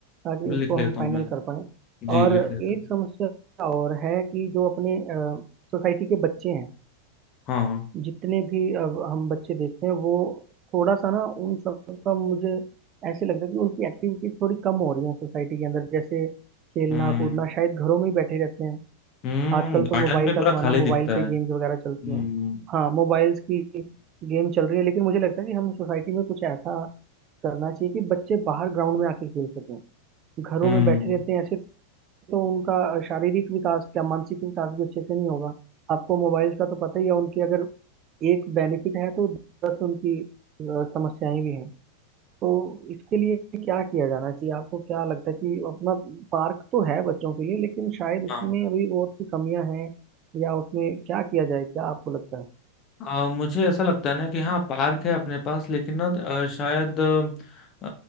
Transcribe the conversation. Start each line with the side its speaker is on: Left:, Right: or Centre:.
Right: ताकि
Left: लिख
Right: इसको
Left: लेता
Right: हम फाइनल
Left: हूँ मैं
Right: कर पाए
Left: जी
Right: और
Left: लिख लेता
Right: एक
Left: हूँ
Right: समस्या और है कि जो अपने सोसाइटी के बच्चे हैं
Left: हाँ
Right: जितने भी अब हम बच्चे देखते हैं वो थोड़ा सा ना उन सब का मुझे ऐसे लगता है कि उनकी एक्टिविटीज थोड़ी कम हो रही है सोसाइटी के अंदर जैसे खेलना
Left: हम्म
Right: कूदना शायद घरों में ही बैठे रहते हैं
Left: हम्म
Right: आजकल
Left: गार्डन
Right: तो मोबाइल
Left: में
Right: का
Left: पूरा
Right: जमाना
Left: खाली दिखता
Right: मोबाइल पे
Left: है हम्म
Right: गेम्स वगैरह चलती हैं हाँ मोबाइल्स की गेम चल रही है लेकिन मुझे लगता है कि हम सोसाइटी में कुछ ऐसा करना चाहिए कि बच्चे बाहर ग्राउंड में आके खेल सकें घरों
Left: हम्म
Right: में बैठे रहते हैं ऐसे तो उनका शारीरिक विकास क्या मानसिक विकास भी अच्छे से नहीं होगा आपको मोबाइल का तो पता ही है उनकी अगर एक बेनिफिट है तो दस उनकी अ, समस्याएं भी हैं तो इसके लिए क्या किया जाना चाहिए आपको क्या लगता है कि अपना पार्क तो है बच्चों के लिए लेकिन शायद
Left: हाँ
Right: उसमें अभी बहुत सी कमियां हैं या उसमें क्या किया जाए क्या आपको लगता है
Left: आ, मुझे ऐसा लगता है ना कि हाँ पार्क है अपने पास लेकिन ना अ, शायद अ,